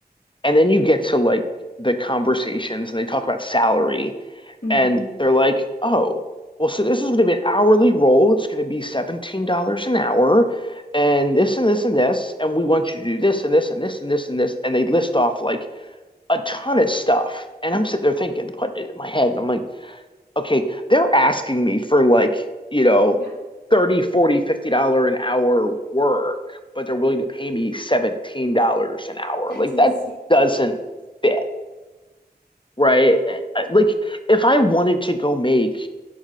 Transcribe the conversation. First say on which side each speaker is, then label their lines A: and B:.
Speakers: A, on the left (about 30°); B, on the left (about 75°).
A: And then you get to like the conversations and they talk about salary
B: hmm
A: and they're like, oh, well, so this is going to be an hourly role. It's going to be $17 an hour and this and this and this. And we want you to do this and this and this and this and this. And they list off like a ton of stuff. And I'm sitting there thinking, putting it in my head. And I'm like, okay, they're asking me for like, you know,
B: Yeah,
A: 30, 40, dollar an hour work, but they're willing to pay me $17 an hour.
B: that's
A: Like
B: insane.
A: that doesn't fit, right? Eh, eh, Like if I wanted to go make